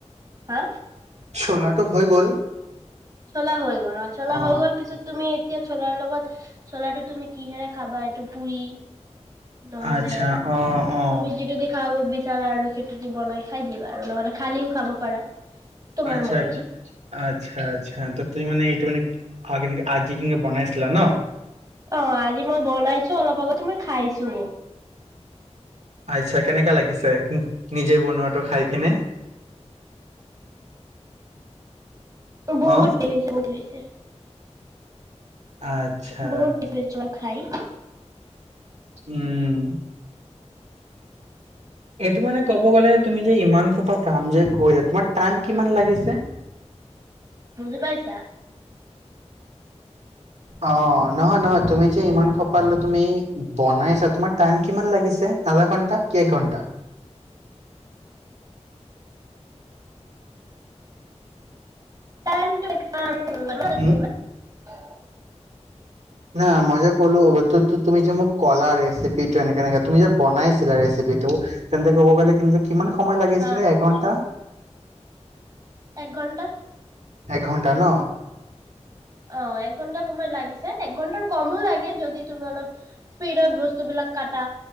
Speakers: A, on the right; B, on the right.
A: হা
B: চলাটো হৈ গ'ল
A: চোলা হৈ গ'ল আৰু চোলা
B: অ
A: হৈ গল পিছত তুমি এতিয়া চোলাৰ লগত, চোলাটো তুমি কিহেৰে খাবা এইটো পুৰি। নহ'লে
B: আচ্ছা অ অ
A: তুমি যিটো দিখাব বিচ বিচাৰা আৰু খেইটো বনাই খাই দিওঁ আৰু নহলে খালিও খাব পাৰা। তোমাৰ
B: আচ্ছা-আচ্ছা-আচ্ছা,
A: মৰ্জি।
B: তুমি মান এইটো মান আজি কিন্তু বনাইছিলা ন।
A: অ' আজি মই বনাইছো অলপ আগতে মই খাইছো।
B: আচ্ছা, কেনেকা লাগিছে নিজে বনোৱাটো খাই কিনে।
A: বহুত
B: অ
A: টেষ্ট হৈছে-হৈছে, <unintelligible>
B: আচ্ছা উম, এইটো মানে ক'ব গ'লে তুমি যে ইমান খোপা কাম যে কৰি যা, তোমাৰ টাইম কিমান
A: উম,
B: লাগিছে?
A: বুজি পাইছা?
B: আহ, নহয়-নহয় তুমি যে ইমান সপাল তুমি বনাইছা, তোমাৰ টাইম কিমান লাগিছে আধা ঘন্টা কে একঘন্টা?
A: টাইম টো <unintelligible>
B: উম না মই যে ক'লো তুমি যে মোক কলা ৰেচিপিটো, এনেকে তুমি যে বনাইছিলা ৰেচিপিটো, তেন্তে ক'ব গ'লে কিন্তু কিমান সময় লাগিছিলে
A: অ',
B: এঘণ্টা।
A: এক ঘণ্টা।
B: এক ঘণ্টা ন।
A: অ', এক ঘন্টা সময় লাগ। লাগিছে, এক ঘণ্টাৰ কমো লাগ যদি তুমি অলপ স্পিডত বস্তুবিলাক কাতা,